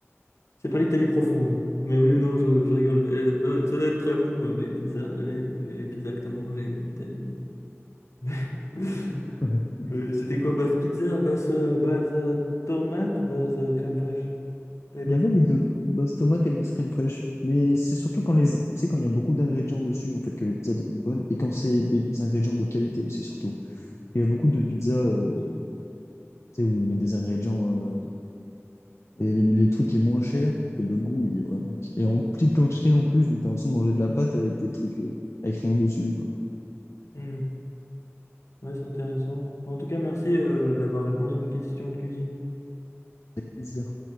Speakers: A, on the left; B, on the left.
A: c'est pas l'Italie profonde. Mais oui ou non, je, je rigole. ouais, Ça doit ça doit être très bon, euh, les pizzas, les, les pizzas que t'as mangées euh, italiennes. <laughs>
B: <laughs>
A: Euh, C'était quoi, base pizza, base, euh, base euh, tomate ou base euh, crème fraîche? T'avais
B: Il
A: pris
B: y avait
A: quoi?
B: les deux, base tomate et base crème fraîche. Mais c'est surtout quand les, tu sais, quand il y a beaucoup d'ingrédients dessus, en fait, que les pizzas deviennent bonnes. Et quand c'est des ingrédients de qualité aussi, surtout. Il y a beaucoup de pizzas, euh, tu sais, où ils mettent des ingrédients, euh, et les, les trucs est moins cher, et le goût, il est vraiment. Et en petite quantité en plus, donc t'as l'impression de manger de la pâte avec des trucs, euh, avec rien dessus, quoi.
A: Hmm, Ouais, c'est intéressant. Bon, En tout cas, merci euh, d'avoir répondu à mes questions de cuisine.
B: Avec plaisir.